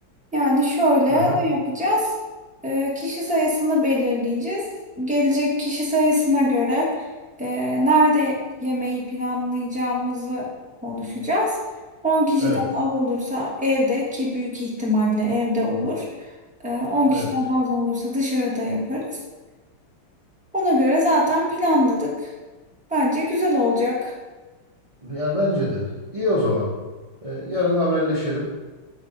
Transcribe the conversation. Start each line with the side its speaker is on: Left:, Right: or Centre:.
Centre: Yani şöyle
Right: Hı hı.
Centre: ne yapacağız? Ee, kişi sayısını belirleyeceğiz. Gelecek kişi sayısına göre e, nerede yemeği planlayacağımızı konuşacağız. 10 kişiden
Right: Evet.
Centre: az olursa evde ki büyük ihtimalle evde olur. Ee, 10
Right: Evet.
Centre: kişiden fazla olursa dışarıda yaparız. Ona göre zaten planladık. Bence güzel olacak.
Right: Ya bence de. İyi o zaman. Ee, yarın haberleşelim.